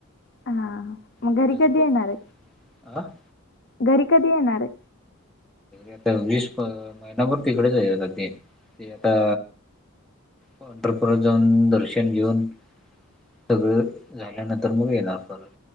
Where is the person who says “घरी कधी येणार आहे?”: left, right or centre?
Left